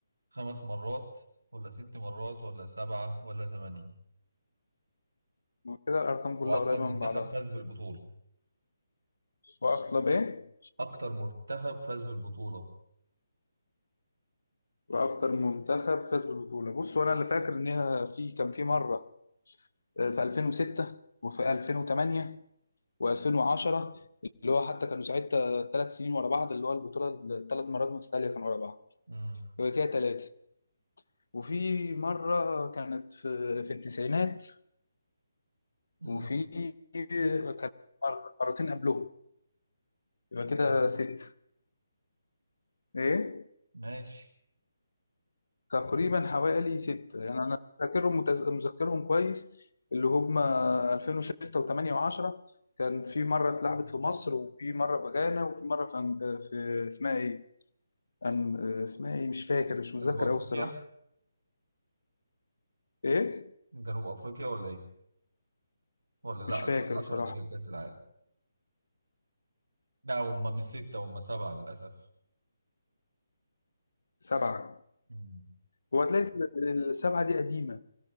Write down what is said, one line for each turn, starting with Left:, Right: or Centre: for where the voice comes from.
Right: خمس مرات ولا ست مرات ولا سبعة ولا ثمانية
Left: كده الارقام
Right: وأكتر
Left: كلها قريبه
Right: منتخب
Left: من بعضها
Right: فاز بالبطولة
Left: واغلب ايه
Right: أكتر منتخب فاز بالبطولة
Left: واكتر منتخب فاز بالبطوله بص وانا اللي فاكر ان هي في كان في مره آه، في 2006 وفي 2008 و2010 اللي هو حتى كانوا ساعتها ثلاث سنين ورا بعض اللي هو البطوله الثلاث مرات متتاليه كانوا ورا بعض
Right: مم.
Left: يبقى كده ثلاثه وفي مره كانت في في التسعينات
Right: مم.
Left: وفي آه، كانت مر- مرتين قبلهم يبقى
Right: ماشي
Left: كده ست ايه
Right: ماشي
Left: تقريبا حوالي ستة يعني أنا فاكرهم متز- مذكرهم كويس اللي هم 2006 و8 و10 كان في مرة اتلعبت في مصر وفي مرة في غانا وفي مرة في, أنج- في اسمها إيه؟ أن- اسمها إيه مش فاكر مش متذكر
Right: جنوب أفريقيا
Left: أوي الصراحة إيه؟
Right: جنوب أفريقيا ولا إيه؟ ولا لأ
Left: مش فاكر
Right: 2010
Left: الصراحة
Right: دي كانت كأس العالم لا هم مش ستة هم سبعة للأسف
Left: سبعة
Right: مم.
Left: هو هتلاقي ال- السبعة دي قديمة